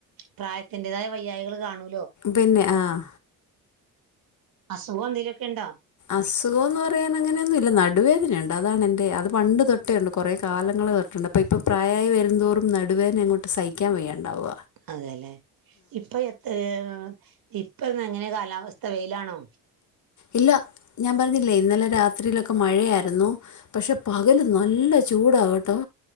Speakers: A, on the right; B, on the left.
A: പ്രായത്തിന്റേതായ വയ്യായികൾ കാണൂ
B: പിന്നെ ആഹ്
A: അസുഖം എന്തേലുക്കെ ണ്ടോ
B: അസുഖോം ന്ന് പറയാൻ അങ്ങനയൊന്നും ഇല്ല ന നടുവേദന ഉണ്ടതാണ് എൻ അത് പണ്ട് തൊട്ടേ ഉണ്ട് കുറേ കാലങ്ങൾ തൊട്ടുണ്ട് അപ്പോ ഇപ്പ പ്രായായി വെരുംന്തോറും നടുവേദന അങ്ങോട്ട് സഹിക്കാൻ വയ്യാണ്ടാവ
A: അതല്ലെ ഇപ്പൊ എത്രയാ ഇപ്പന്ന് എങ്ങനെ കാലാവസ്ഥ വെയിലാണോ
B: ഇല്ല ഞാൻ പറഞ്ഞില്ലേ ഇന്നലെ രാത്രിയിലൊക്കെ മഴയായിരുന്നു പക്ഷേ പകൽ നല്ല ചൂടാകേട്ടോ